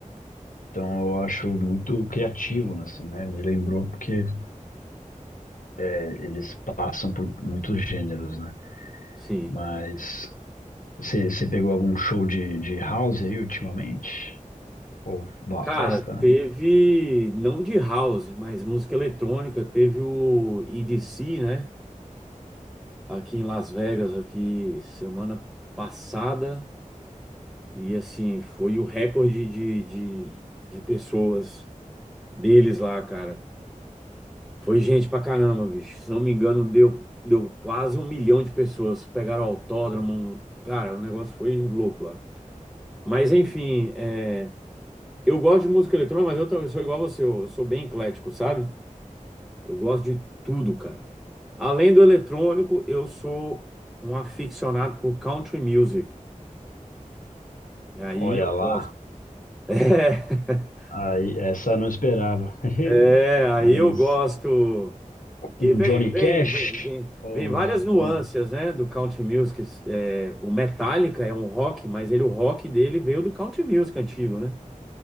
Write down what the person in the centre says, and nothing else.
sim.
Cara,
teve,
não de house, mas música eletrônica, teve o EDC, né? Aqui em Las Vegas, aqui semana passada. E assim, foi o recorde de, de, de pessoas deles lá, cara. Foi gente pra caramba, bicho. Se não me engano, deu, deu quase um milhão de pessoas. Pegaram autódromo. Cara, o negócio foi louco lá. Mas enfim, é, eu gosto de música eletrônica, mas eu também sou igual a você. Eu sou bem eclético, sabe? Eu gosto de tudo, cara. Além do eletrônico, eu sou um aficionado por country music. E aí
eu
gosto. <laughs> É.
É, aí
eu gosto que
vem,
vem,
vem, vem,
vem várias nuances,
né, do country music. É, o Metallica é um rock, mas ele o rock dele veio do country music antigo, né?